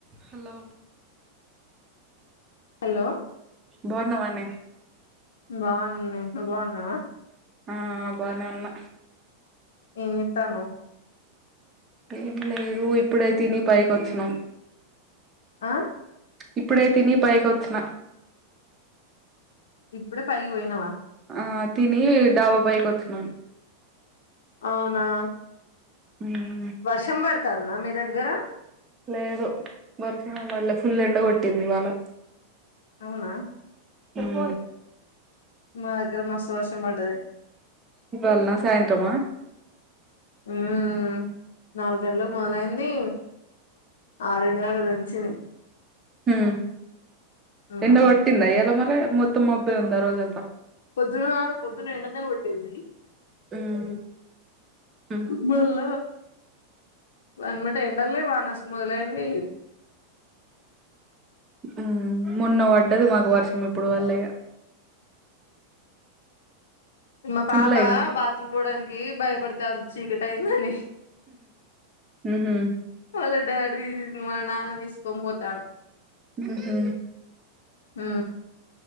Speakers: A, on the right; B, on the left.
A: Hello
B: hello
A: బాగున్నవానే
B: బాగున్ననే నువ్వు బాగున్నవా
A: ఆ బానే ఉన్నా
B: ఏం చేత్తన్నావ్
A: ఏం లేదు ఇప్పుడే తిని పైకి అచ్చినం
B: ఆ
A: ఇప్పుడే తిని పైకి వచ్చిన
B: ఇప్పుడే పైకిపోయినావా
A: ఆ తిని డాబా పైకి వచ్చినం
B: అవునా
A: ఉమ్
B: వర్షం పడతందా మీ దగ్గర
A: లేదు వర్షం ఏం పడలే ఫుల్ ఎండ కొట్టింది ఇవ్వాలా
B: అవునా
A: ఉమ్
B: మా దగ్గర మస్తు వర్షం పడ్డది
A: ఇవ్వాలనా సాయంత్రమా
B: హ్మ్ నాలగ గంటల్లాకు మొదలైంది ఆ రెండు గంటలు దంచింది
A: హ్మ్
B: ఉమ్
A: ఎండ కొట్టిందా ఈయాల మరి మొత్తం మబ్బే ఉందా రోజు అంతా
B: పొద్దున పొద్దున ఎండనే కొట్టింది
A: ఉమ్ ఉమ్
B: మళ్ళ వెంబడే ఎండల్ని వాన అస మొదలైంది
A: ఉమ్ మొన్న పడ్డది మాకు వర్షం ఇప్పుడు పడలేగా
B: మా పాప
A: తినలే ఇంక
B: బాత్రూమ్ పోవడానికి బయటపడతాంది చీకట అయిందని
A: ఉహూ
B: వాళ్ళ డాడీ వాళ్ళ నాన్న తీసుకొని పోతండు
A: ఉహూ
B: ఉ